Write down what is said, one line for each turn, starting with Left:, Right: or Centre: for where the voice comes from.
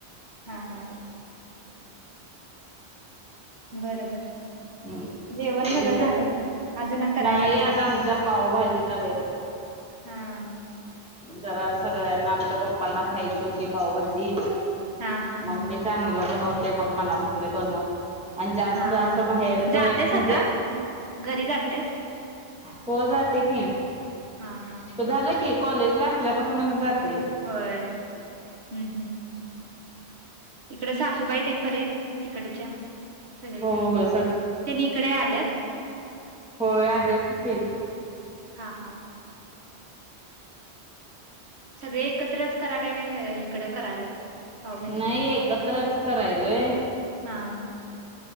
Right: हा हां बर बर.
Centre: हम्म
Right: जेवण सगळं
Centre: तिच
Right: झालं अजून करायला
Centre: नाही
Right: लागलेत.
Centre: आज आमच्या पावभाजीचा बेत.
Right: हम्म
Centre: जरा सगळ्यांना आमच्या पप्पांना खायची होती पावभाजी
Right: हा हा
Centre: मग मीच चांगल बनवते मग मला म्हटले बनव. आणि जास्त
Right: हा
Centre: असं बाहेरच म्हणजे
Right: जातेस आता घरी जातेस
Centre: हो जाते की.
Right: हां हा.
Centre: तो झालं की, कॉलेज ला असल्यापासूनच जाते.
Right: होय, हम्म हम्म. इकड सासूबाई त्यांनी बरे तिकडच्या सगळी
Centre: हो
Right: त्या त्यांनी
Centre: हो
Right: इकडे आल्यात.
Centre: हो आलेत की.
Right: हां हां. सगळे एकत्रच करायलाय काय, का इकडं करायलात? पावभाजी
Centre: नाही एकत्रच करायलोय.
Right: हां